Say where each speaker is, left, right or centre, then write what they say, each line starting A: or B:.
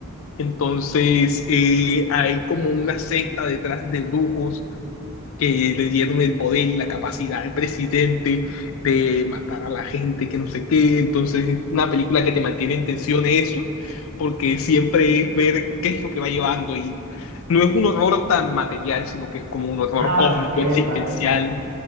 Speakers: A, on the left; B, on the right.
A: Entonces eh, hay como una secta detrás de brujos que le dieron el poder y la capacidad al presidente de matar a la gente, que no sé qué. Entonces, una película
B: Ok.
A: que te mantiene en tensión eso, porque siempre es ver qué es lo que va llevando y no es un horror tan material, sino que es como un horror
B: Ah,
A: cósmico,
B: sí, epa,
A: existencial.
B: epa.